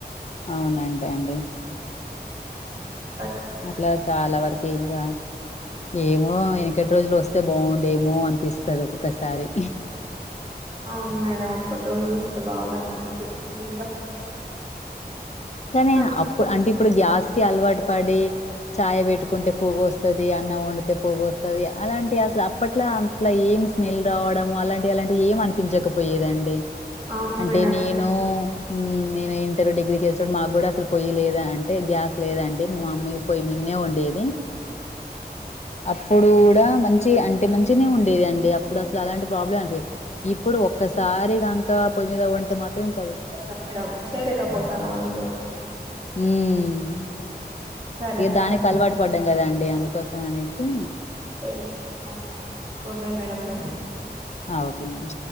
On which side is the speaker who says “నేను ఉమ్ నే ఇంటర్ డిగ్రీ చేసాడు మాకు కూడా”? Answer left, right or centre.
Left